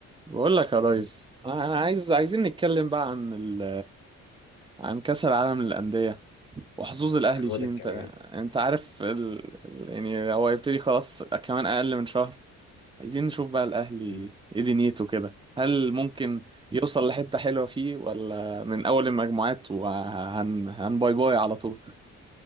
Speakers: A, on the right (about 15°); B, on the left (about 80°).
A: بقول لك يا ريس انا عايز عايزين نتكلم بقى عن ال... عن كأس العالم للأندية وحظوظ الأهلي
B: هو
A: فيه
B: ده الكلام
A: انت انت عارف ال... ال- يعني هو هيبتدي خلاص كمان أقل من شهر عايزين نشوف بقى الأهلي
B: مم.
A: ايه دنيته كده هل ممكن يوصل لحتة حلوة فيه ولا من أول المجموعات وهن هن باي باي على طول